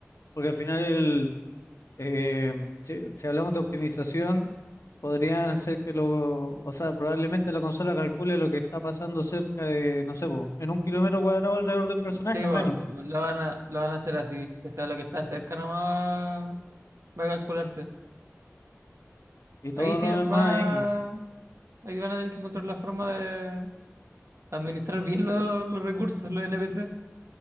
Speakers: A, on the left; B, on the right.
A: Porque al final el, eh, si si hablamos de optimización Podrían ser que lo, o sea, probablemente la consola calcule lo que está pasando cerca de, no sé, po, en un kilómetro cuadrado alrededor del personaje
B: Sí, va-
A: o menos,
B: lo van a, lo van a hacer así, que sea lo que está cerca nomás va, va a calcularse.
A: y todo
B: Ahí
A: lo
B: tiene,
A: demás
B: va,
A: es X.
B: ahí van a tener que encontrar la forma de administrar bien los, los recursos, los NPC.